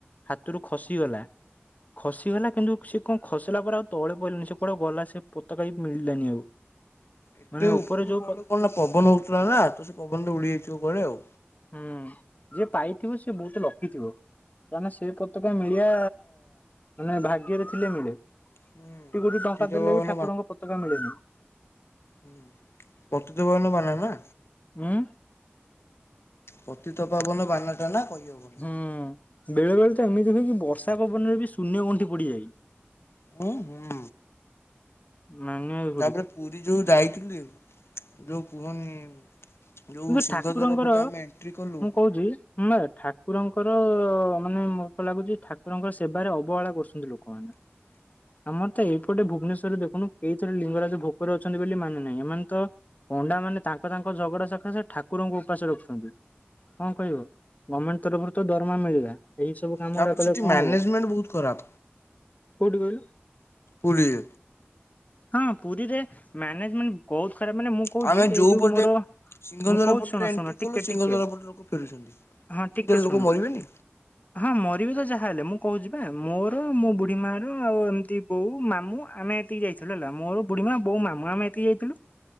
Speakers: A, on the left; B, on the left.
A: ହାତୁରୁ ଖସିଗଲା। ଖସିଗଲା କିନ୍ତୁ ସେ କଁ ଖସିଲା ପରେ ଆଉ ତଳେ ପଡିଲାନି। ସେ କୁଆଡେ ଗଲା ସେ ପତକା ବି ମିଳିଲାନି ଆଉ।
B: ଏତେ
A: ମାନେ
B: ଉପୁରୁ
A: ଉପରେ ଯୋଉ
B: ପଡିଲେ କଣ ନା, ପବନ ହୋଉଥିଲା ନା ତ ସେ ପବନରେ ଉଡି ଯାଇଥିବ କୁଆଡ଼େ ଆଉ।
A: ହୁଁ ଯିଏ ପାଇଥିବ ସିଏ ବୋହୁତ ଲକି ଥିବ। <unintelligible> ସେ ପତକା ମିଳିବା ମାନେ ଭାଗ୍ୟରେ ଥିଲେ ମିଳେ।
B: ହୁଁ
A: କୋଟି କୋଟି
B: ପତିତ
A: ଟଙ୍କା ଦେଲେ
B: ପାବନ
A: ବି ଠାକୁରଙ୍କ ପତକା ମିଳେନି।
B: ହୁଁ ପତିତ ପାବନ ବାନା ନା।
A: <unintelligible>
B: ପତିତ ପାବନ ବାନା ଟାନା କହିହବ
A: ହୁଁ ବେଳେ ବେଳେ ତ ଏମିତି ହୁଏ କିି ବର୍ଷା ପବନରେ ବି ଶୂନ୍ୟ ଗଣ୍ଠି ପଡିଯାଇ।
B: <unintelligible>
A: ମାନିବା କୁ
B: ତାପରେ ପୁରୀ ଯୋଉ ଯାଇଥିଲି ଯୋଉ କୁହନି। ଯୋଉ
A: କିନ୍ତୁ
B: ସିଂଘଦ୍ୱାର
A: ଠାକୁରଙ୍କର
B: ପଟେ ଆମେ ଏଣ୍ଟ୍ରି କଲୁ।
A: <unintelligible> <unintelligible> ଠାକୁରଙ୍କର ମାନେ ମୋତେ ଲାଗୁଛି ଠାକୁରଙ୍କ ସେବାରେ ଅବହେଳା କରୁଛନ୍ତି ଲୋକୋମାନେ।
B: <inaudible>
A: ଆମର ତ ଏଇପଟେ ଭୁବନେଶ୍ୱରରେ ଦେଖୁନୁ କେଇଥରେ ଲିଙ୍ଗରାଜ ଭୋକୋରେ ଅଛନ୍ତି ବେଲି ମାନେ ନାହିଁ ଏମାନେ ତ ପଣ୍ଡା ମାନେ ତାଙ୍କ ତାଙ୍କ ଝଗଡ଼ା <unintelligible> <unintelligible> ସେ ଠାକୁରଙ୍କୁ ଉପାସ ରଖୁଛନ୍ତି କଁ କହିବ ଗମେଣ୍ଟେ ତରଫରୁ ତ ଦରମା ମିଳିଲା। ଏଇ ସବୁ କାମ
B: ତାପରେ
A: <unintelligible> ରା କଲେ
B: ସେଠି
A: କଁ
B: ମ୍ୟାନେଜମେଣ୍ଟ
A: ହବ
B: ବହୁତ ଖରାପ
A: କୋଉଠି କହିଲୁ।
B: ପୁରୀରେ
A: ହଁ ପୁରୀରେ ମ୍ୟାନେଜମେଣ୍ଟ ବୋହୁତ ଖରାପ ମାନେ ମୁଁ କୋହୁଚି
B: ଆମେ
A: ଏଇ ଯୋଉ
B: ପଟେ
A: ମୋରୋ
B: ସିଂହଦ୍ୱାର
A: ମୁଁ କୋହୁଛି
B: ପଟରେ
A: ଶୁଣ
B: ଏଣ୍ଟ୍ରି
A: ଶୁଣ ଟିକେ
B: କଲୁ ସିଂହଦ୍ୱାର
A: ଟିକେ
B: ପଟେ ଲୋକ ଫେରୁଛନ୍ତି।
A: ହଁ
B: ଏମିତିରେ
A: ଟିକେ
B: ଲୋକ
A: ଶୁଣ।
B: ମରିବେନି
A: ହଁ ମରିବି ତ ଯାହା ହେଲେ ମୁଁ କୋହୁଚି ପା ମୋରୋ ମୋ ବୁଢୀ ମାର ଆଉ ଏମିତି ବୋଉ ମାମୁଁ ଆମେ ଏତିକି ଯାଇଥିଲୁ ହେଲା ମୋରୋ ବୁଢୀମା ବୋଉ ମାମୁଁ ଆମେ ଏତିକି ଯାଇଥିଲୁ।